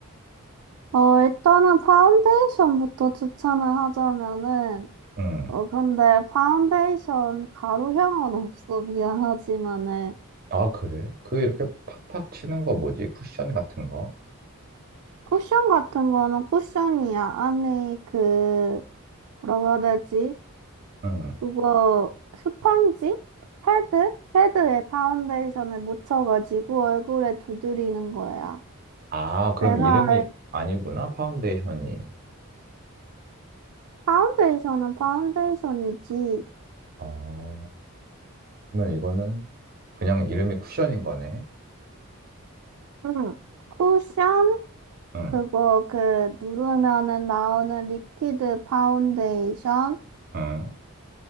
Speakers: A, on the right (about 75°); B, on the right (about 40°).
A: 어, 일단은 파운데이션부터 추천을 하자면은,
B: 응.
A: 어, 근데 파운데이션 가루형은 없어. 미안하지만은.
B: 아, 그래? 그 이렇게 팍팍 치는 거 뭐지? 쿠션 같은 거?
A: 쿠션 같은 거는 쿠션이야. 안에 그, 뭐라고 해야 되지?
B: 응.
A: 그거, 스펀지? 패드? 패드에 파운데이션을 묻혀가지고 얼굴에 두드리는 거야.
B: 아, 그럼
A: 내가
B: 이름이
A: 알-
B: 아니구나, 파운데이션이.
A: 파운데이션은 파운데이션이지.
B: 아, 그러면 이거는 그냥 이름이 쿠션인 거네?
A: 응. 쿠션?
B: 응,
A: 그거 그 누르면은 나오는 리퀴드 파운데이션?
B: 응,